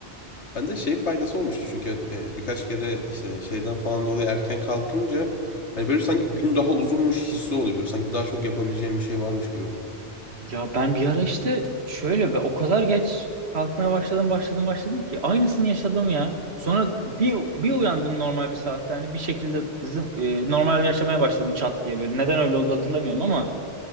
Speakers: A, on the left; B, on the right.
A: Bende şey faydası olmuştu çünkü e, birkaç kere işte şeyden falan dolayı erken kalkınca hani böyle sanki gün daha uzunmuş hissi oluyor. Böyle sanki daha çok yapabileceğim bir şey varmış gibi.
B: Ya ben bir ara işte şöyle ve o kadar geç kalkmaya başladım başladım başladım ki aynısını yaşadım ya. Sonra bir bir uyandım normal bir saatte hani bir şekilde zın- e, normal yaşamaya başladım çat diye böyle. Neden öyle oldu hatırlamıyorum ama